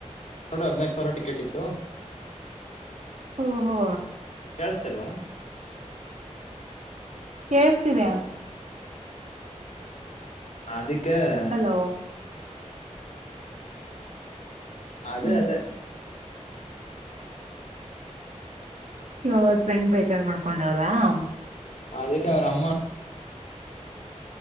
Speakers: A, on the left; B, on the right.
A: ನೋಡ್ರ ಹದ್ನೈದು ಸಾವಿರ ಟಿಕೆಟ್ ಇತ್ತು... <inaudible>
B: ಓಹೋ
A: ಕೆಸ.. <inaudible> ಇಲ್ವಾ.. <inaudible>
B: ಕೇೇಳಸ್ತಿದೆ.. <inaudible>
A: ಅದ.. <inaudible> ಕೆ.. <inaudible>
B: ಹಲೋ
A: ಅದೇ
B: ಹ್ಮ್
A: ಅದೇ.. <inaudible>
B: ಇವಾಗ ಬೆೆಂಡ್ ಬೇಜಾರ್ ಮಾಡ್ಕೊಂಡವ್ರಾ.. <unintelligible>
A: ಅದಕ್ಕೆ ಅವ್ರ ಅಮ್ಮ